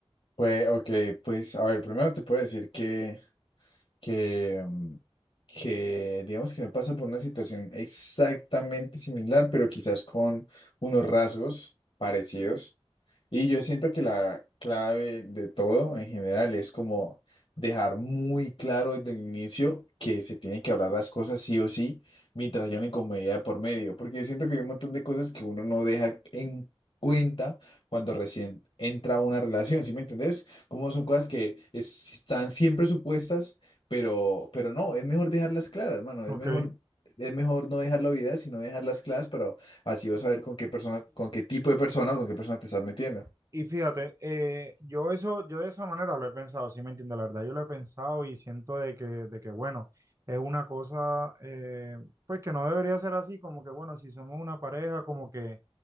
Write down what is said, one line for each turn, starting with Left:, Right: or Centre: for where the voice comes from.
Left: Pues, ok, pues, a ver, primero te puedo decir que, que, mm, que digamos que no pasa por una situación exactamente similar, pero quizás con unos rasgos parecidos. Y yo siento que la clave de todo en general es como dejar muy claro desde el inicio que se tienen que hablar las cosas sí o sí, mientras haya una incomodidad de por medio, porque yo siento que hay un montón de cosas que uno no deja en cuenta cuando recién entra a una relación, ¿sí me entendés? Como son cosas que es- están siempre supuestas pero, pero no, es mejor dejarlas claras, mano.
Right: Ok.
Left: Es mejor, es mejor no dejar la vida, sino dejarlas claras para así vas a ver con qué persona, con qué tipo de persona o con qué persona te estás metiendo.
Right: Y fíjate, eh, yo eso, yo de esa manera lo he pensado, sí me entiendo, la verdad, yo lo he pensado y siento de que, de que bueno, es una cosa, eh, pues que no debería ser así, como que bueno, si somos una pareja, como que